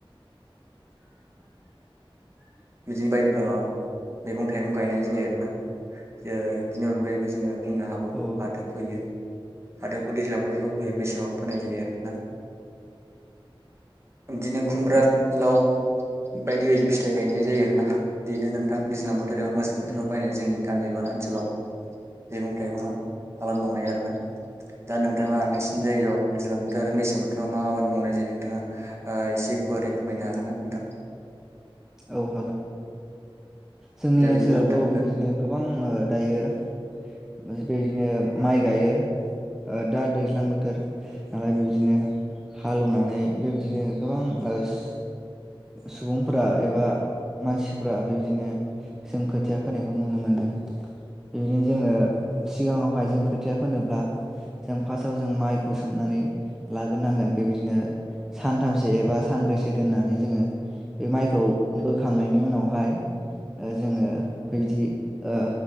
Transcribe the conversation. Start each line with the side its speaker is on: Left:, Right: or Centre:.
Centre: <inaudible>
Right: बिदिनो बाय ओह मैगं थाइगं गायनाय जायो आरोना ओह बिनि अनगायैबो जोङो बुंनो हाबावो
Centre: औ
Right: फाथो फैयो। फाथोखौ दैज्लां बोथोराव फैयो मेसेङाव फोनाय जायो आरोना। दिनो खुमब्रा
Centre: औ
Right: लाव। बायदि बायदि फिथाइ गायनाय जायो आरोना बेनो नोंथां दैज्लां बोथोर एबा मेसें बोथोरा
Centre: उम
Right: बायनाय जोंनि गामि बा ओनसोलाव मैगं थाइगंआ आबाद मावनाय आरोना दा नों थांङा नोंसिनि
Centre: औ
Right: जायगायाव दैज्लां बोथोर आरो मेसें बोथोराव मा आबाद मावनाय जायो नोंथांङा ओ एसे गुवारै फोरमायनो हागोन ना नोंथां?
Centre: औ हागोन। जोंनि
Right: दे
Centre: ओनसोलावथ'
Right: बिदिब्ला नोंथां बुंदो।
Centre: बेबायदिनो गोबां दायो बेबायदिनो माइ गायो दा दैज्लां बोथोर नालाय बेबायदिनो हालौवनानै बेबायदिनो गोबां आरो ओस सुबुंफोरा एबा मानसिफ्रा बेबायदिनो जों खोथिया फोनायखौ नुनो मोनदों बेबायदिनो जोङो सिगाङावहाय जों खोथिया फोनोब्ला जों फार्स्टआव जों माइखौ सोमनानै लाग्रोनांगोन बेबायदिनो सानथामसो एबा सानब्रैसो दोननानै जोङो बे माइखौ बोखांनायनि उनावहाय ओ जोङो बेबायदि ओ